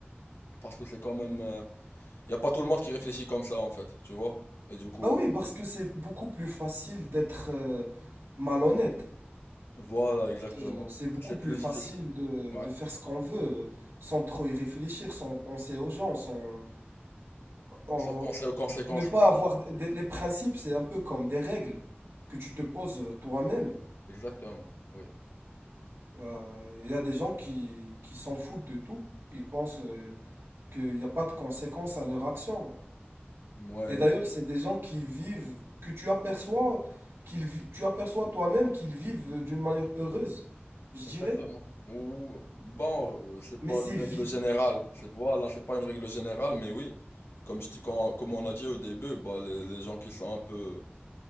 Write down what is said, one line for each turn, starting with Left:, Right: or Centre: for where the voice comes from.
Left: parce que c'est quand même, il y a pas tout le monde qui réfléchit comme ça en fait, tu vois. Et du coup,
Right: Bah oui, parce que c'est beaucoup plus facile d'être euh, malhonnête.
Left: voilà, exactement.
Right: Euh, c'est beaucoup
Left: C'est
Right: plus
Left: plus
Right: facile
Left: difficile.
Right: de,
Left: Ouais.
Right: de faire ce qu'on veut euh, sans trop y réfléchir, sans penser aux gens, sans en-
Left: Sans penser aux conséquences
Right: ne pas
Left: aussi.
Right: avoir des- les principes, c'est un peu comme des règles que tu te poses toi-même.
Left: Exactement. Oui.
Right: Euh, Il y a des gens qui, qui s'en foutent de tout. Ils pensent euh, qu'il n'y a pas de conséquences à leur action.
Left: Ouais,
Right: Et d'ailleurs,
Left: du coup.
Right: c'est des gens qui vivent, que tu aperçois, qu'ils, vi- tu aperçois toi-même qu'ils vivent euh, d'une manière heureuse, je
Left: Exactement.
Right: dirais.
Left: Ou bon, euh, c'est
Right: Mais
Left: pas
Right: c'est
Left: une
Right: vide.
Left: règle générale. C'est voilà, c'est pas une règle générale, mais oui. Comme je, t'ai- quand- comme on a dit au début, bah les, les gens qui sont un peu